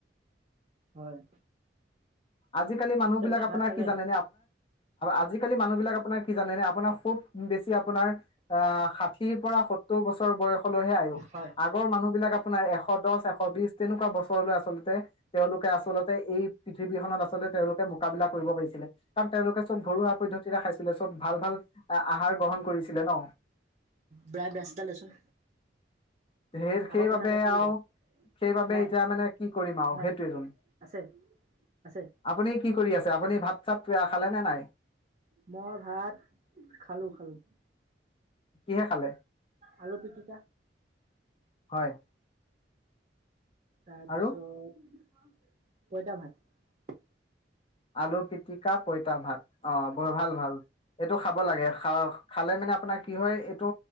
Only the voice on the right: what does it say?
হয়।
পিছে
আপুনি
ভাত খালে?
হয়।
বেয়া ব্ৰাছ এডাল দেচোন
আকৌ
পুৰণা ব্ৰাছ এডাল
দে
নাই
নাই
আছে আছে
মই ভাত খালোঁ খালোঁ।
আলো পিটিকা।
তাৰপিছত
পইতা ভাত